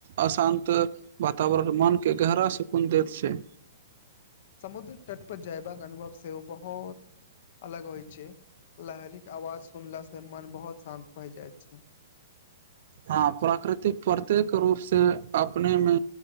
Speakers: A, on the right; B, on the left.
A: अशान्त वातावरण मनके गहरा सकुन दैत छै।
B: समुद्र तट पर जयबाक अनुभव सेहो बहुत अलग होइ छै, लहरि के आवाज सुनला से मन बहुत शान्त भय जाइ छै।
A: हँ प्राकृतिक प्रत्येक रूप से अपने मे